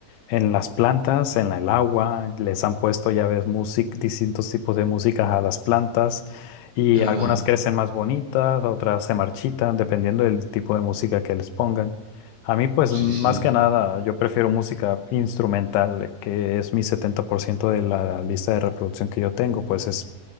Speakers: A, on the left (about 80°); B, on the right (about 65°).
A: en las plantas, en el agua, les han puesto, ya ves, músic distintos tipos de músicas a las plantas y
B: <laughs> es
A: algunas
B: verdad.
A: crecen más bonitas, otras se marchitan, dependiendo del tipo de música que les pongan. A mí, pues,
B: Sí,
A: más
B: sí.
A: que nada, yo prefiero música instrumental, que es mi 70% de la lista de reproducción que yo tengo, pues es